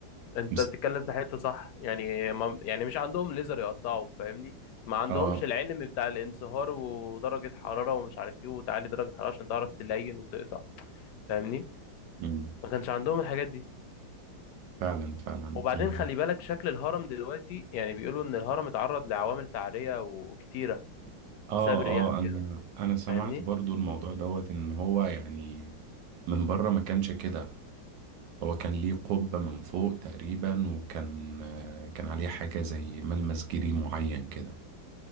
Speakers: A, on the left (about 70°); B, on the right (about 75°).
A: انت
B: مس-
A: بتتكلم في حته صح يعني ما يعني مش عندهم ليزر يقطعوا فاهمني ما عندهمش
B: اه
A: العلم بتاع الانصهار ودرجه حراره ومش عارف ايه وتعلي درجه حراره عشان تعرف تلين وتقطع فاهمني
B: أمم،
A: ما كانش عندهم الحاجات دي
B: فعلا فعلا
A: وبعدين
B: ال...
A: خلي بالك شكل الهرم دلوقتي يعني بيقولوا ان الهرم اتعرض لعوامل تعريه وكتيره
B: اه
A: بسبب الرياح
B: اه
A: وكده
B: انا انا سمعت
A: فاهمني
B: برضو الموضوع دوت ان هو يعني من بره ما كانش كده هو كان ليه قبة من فوق تقريبا وكان آه، كان عليه حاجة زي ملمس جيري معين كده